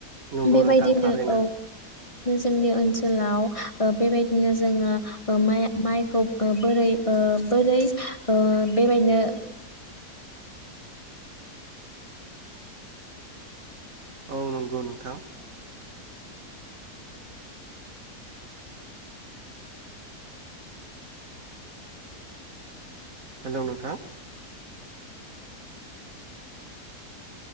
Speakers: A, on the right; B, on the left.
A: नंगौ
B: बेबायदिनो
A: नोंथां थारैनो
B: औ जोंनि ओनसोलाव ओ बेबायदिनो जोङो ओ माइ माइखौ ओ बोरै ओ बोरै ओ बेबायनो
A: औ नंगौ नोंथां हेलौ नोंथां